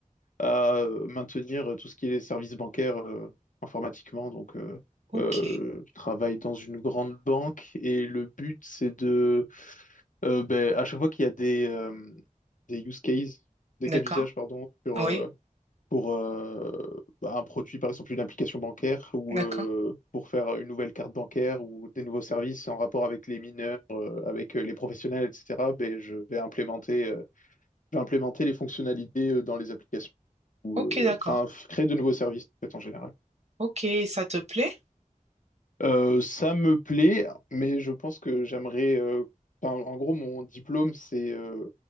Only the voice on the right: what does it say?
ok.
D'accord,
oui,
d'accord.
Ok,
d'accord.
Ok, ça te plaît?